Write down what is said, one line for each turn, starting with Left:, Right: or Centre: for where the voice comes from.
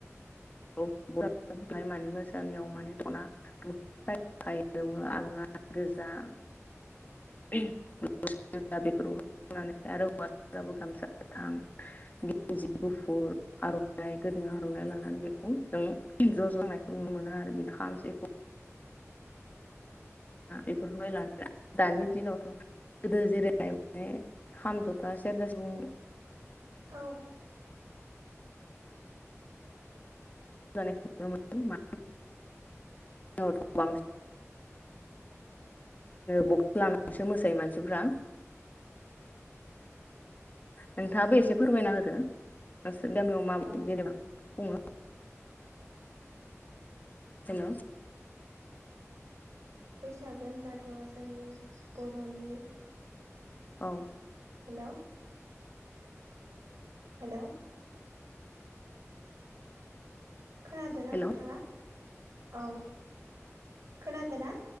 Left: <unintelligible> माने मोसानायाव माने दना <unintelligible> गोजा <unintelligible> बेफोर आरो हौवासाफोराबो गामसा गोथां गेन्जि गुफुर आरनाइ गोद आरनाइ लानानै बेखौ जों ज जनायखौ नु मोनो आरो बिदि खाम सिफुं।
Right: <inaudible>
Left: इफोरखौ हाय लाला दानि दिनावथ गोदो जैरै माने खाम जथा सेेरजा बुं
Right: औ।
Left: <unintelligible> मा होनो बक लानानैसो मोसायो मानसिफ्रा नोंथाङाबो एसे फोरमायना होदो। <unintelligible>
Right: औ
Left: हेल
Right: बैसाग होनब्लाथ जोंनि बरनि
Left: औ
Right: हेल हेल खोनादोंना
Left: हेल'
Right: नोंथाङा औ खोनादों ना?